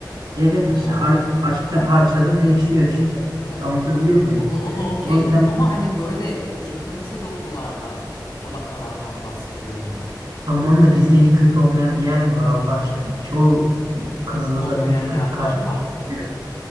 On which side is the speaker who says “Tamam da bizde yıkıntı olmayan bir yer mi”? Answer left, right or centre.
Right